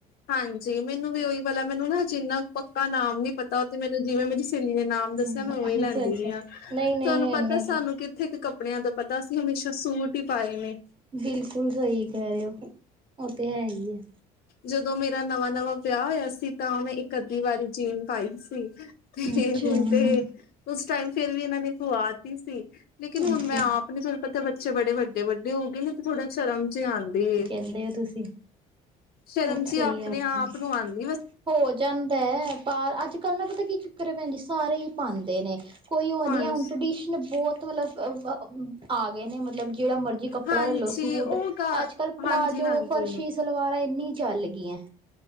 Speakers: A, on the left; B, on the right.
A: ਹਾਂਜੀ। ਜੀ, ਮੈਨੂੰ ਵੀ ਓਹੀ ਵਾਲਾ, ਮੈਨੂੰ ਨਾ ਜੀ ਇੰਨਾ ਪੱਕਾ ਨਾਮ ਨੀ ਪਤਾ, ਓਹ ਤੇ ਮੈਨੂੰ ਜਿਵੇਂ ਮੇਰੀ ਸੇਲੀ ਨੇ ਨਾਮ ਦੱਸਿਆ,
B: ਹੂੰ
A: ਮੈਂ ਓਹੀ ਲੈਂਦੀ
B: ਅੱਛਾ-ਅੱਛਾ
A: ਵਿ ਆ
B: ਨਹੀਂ-ਨਹੀਂ
A: ਤੁਹਾਨੂੰ ਪਤਾ
B: ਇੰਨੇ
A: ਸਾਨੂੰ
B: ਤੇ
A: ਕਿਤੇ ਕੱਪੜਿਆਂ ਦਾ ਪਤਾ ਸੀ, ਹਮੇਸ਼ਾ ਸੂਟ ਈ ਪਾਏ ਨੇ।
B: ਬਿਲਕੁਲ ਸਹੀ ਕੈਹ ਰਹੇ ਹੋ, ਉਹ ਤੇ ਹੈ ਈ ਆ।
A: ਜਦੋਂ ਮੇਰਾ ਨਵਾਂ -ਨਵਾਂ ਵਿਆਹ ਹੋਇਆ ਸੀ, ਤਾਂ ਮੈਂ ਇੱਕ ਅੱਧੀ ਵਾਰੀ ਜੀਨ ਪਾਈ ਸੀ। ਤੇ ਫੇਰ
B: ਅੱਛਾ
A: ਹੁਣ ਤੇ, ਉਸ ਟਾਈਮ ਫਿਰ ਵੀ ਇਨਾ ਨੇ ਪਵਾਤੀ ਸੀ, ਲੇਕਿਨ ਹੁਣ
B: ਅੱਛਾ
A: ਮੈਂ ਆਪ ਨੀ ਪਤਾ ਬ ਬੱਚੇ ਬੜੇ ਵੱਡੇ- ਵੱਡੇ ਹੋ ਗਏ ਨੇ, ਥੋੜੀ ਸ਼ਰਮ ਜੇਈ ਆਂਦੀ ਏ,
B: ਮਿਲਦੇ ਹੋ ਤੁਸੀਂ।
A: ਸ਼ਰਮ
B: ਇਹ
A: ਜੀ
B: ਸਹੀ
A: ਆਪਣੇ-
B: ਆਖਿਆ।
A: ਆਪ ਨੂੰ ਆਦੀ।
B: ਹੋ ਜਾਂਦਾ ਬਾਰ ਅੱਜ -ਕੱਲ੍ਹ ਨਾ ਪਤਾ ਕੀ ਚੱਕਰ ਭੈਣ ਜੀ ਸਾਰੇ ਹੀ ਪਾਂਦੇ ਨੇ। ਕੋਈ ਓਹ
A: ਹਾਂਜੀ।
B: ਨੀ ਏ, ਹੁਣ ਟ੍ਰਡੀਸ਼ਨ ਬਹੁਤ ਮਤਲਬ ਆ ਗਏ ਨੇ, ਮਤਲਬ ਜੇਹੜਾ ਮਰਜ਼ੀ ਕੱਪੜਾ
A: ਹਾਂਜੀ
B: ਲੈਲੋ ਸੂਟ
A: ਉਹ ਗ
B: ਅੱਜ -ਕੱਲ ਪਲਾਜ਼ੋ,
A: ਹਾਂਜੀ-ਹਾਂਜੀ।
B: ਫਰਸ਼ੀ ਸਲਵਾਰਾਂ ਏਨੀ ਚੱਲ ਗਈਆਂ।